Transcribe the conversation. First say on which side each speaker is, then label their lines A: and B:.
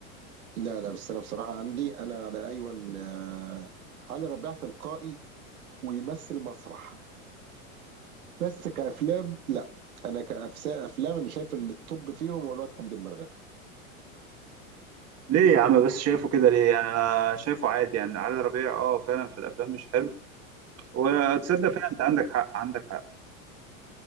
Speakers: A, on the right (about 75°); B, on the right (about 35°).
A: لا لا بس أنا بصراحة عندي أنا على أيون آه، علي ربيع تلقائي ويمثل مسرح بس كأفلام لا أنا كأفلام أنا شايف التوب فيهم هو الواد حمدي المرغني
B: ليه يا عم بس شايفه كده ليه يعني انا شايفه عادي يعني علي ربيع اه فعلا في الافلام مش حلو وتصدق فعلا انت عندك حق عندك حق